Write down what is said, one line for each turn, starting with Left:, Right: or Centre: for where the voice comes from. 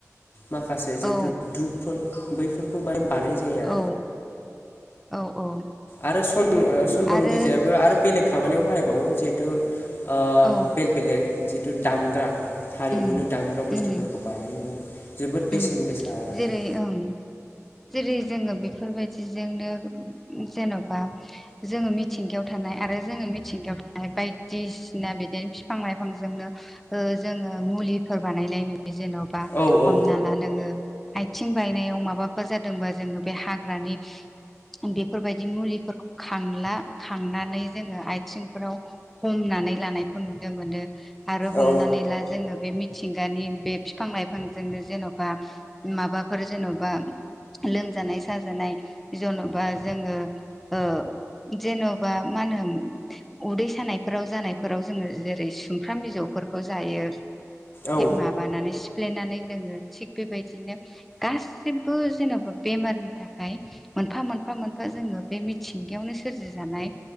Left: माखासे जितु
Centre: औ
Left: धुपफोर बैफोरखौ माने बानाय जाया।
Centre: औ औ औ
Left: आरो सन ओ सन्दन
Centre: आरो
Left: गोजायाबो आरो बेलेग खामानियाव बाहायबावो जिहेथु ओ
Centre: औ
Left: बेलेग बेलेग जिहेथु दामग्रा हारिमुनो
Centre: उम
Left: दामग्रा बुस्थुफोरखो
Centre: उम
Left: बानायोमोन जोबोद बेसेन
Centre: उम
Left: गोसा आरोना।
Centre: जेरै
Left: <inaudible>
Centre: ओं जेरै जोङो बेफोरबायदिजोंनो जेन'बा जोङो मिथिंगायाव थानाय आरो जोङो मिथिंगायाव थानाय बायदिसिना बिदिनो बिफां-लाइफांजोंनो ओ जोङो मुलिफोर बानायनाय नुयो जेन'बा
Left: औ
Centre: हमना
Left: औ
Centre: ला नोङो आयथिं बायनायाव माबाफोर जादोंबा जोङो बे हाग्रानि बेफोरबायदि मुलिफोरखौ खांला खांनानै जोङो आयथिंफोराव हमनानै लानायखौ नुनो मोनो आरो हमनानै
Left: औ
Centre: ला जोङो बे मिथिंगानि बे फिफां-लाइफांजोंनो जेन'बा माबाफोर जेन'बा लोमजानाय साजानाय जेन'बा जोङो ओ जेन'बा मा होनो उदै सानायफोराव जानायफोराव जोङो जेरै सुमफ्राम बिजौफोरखौ जायो
Left: औ
Centre: माबानानै सिफ्लेनानै लोङो थिग बेबायदिनो गासिबो जेन'बा बेमारनि थाखाय मोनफा मोनफा मोनफा जोङो बे मिथिंगायावनो सोरजि जानाय